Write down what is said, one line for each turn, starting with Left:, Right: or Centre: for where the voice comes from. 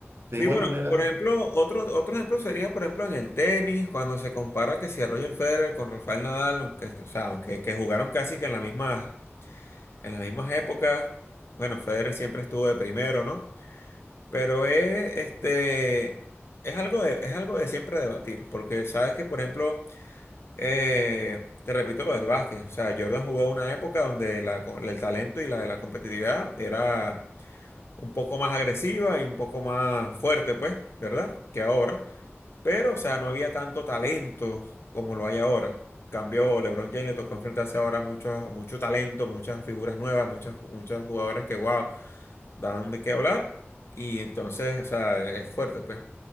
Right: De
Left: Sí,
Right: igual
Left: bueno,
Right: manera.
Left: por ejemplo, otro, otro ejemplo sería, por ejemplo, en el tenis, cuando se compara que si a Roger Federer con Rafael Nadal, aunque, o sea, aunque que jugaron casi que en las mismas, en las mismas épocas, bueno, Federer siempre estuvo de primero, ¿no? Pero es, este, es algo de, es algo de siempre debatir, porque sabes que, por ejemplo, eh, te repito lo del básquet, o sea, Jordan jugó una época donde la co- el talento y la, la competitividad era un poco más agresiva y un poco más fuerte, pues, ¿verdad? Que ahora, pero, o sea, no había tanto talento como lo hay ahora. Cambió, LeBron James le tocó enfrentarse ahora a mucho, mucho talento, muchas figuras nuevas, muchas, muchos jugadores que, wow dan de qué hablar y entonces, o sea, e-, es fuerte, pues.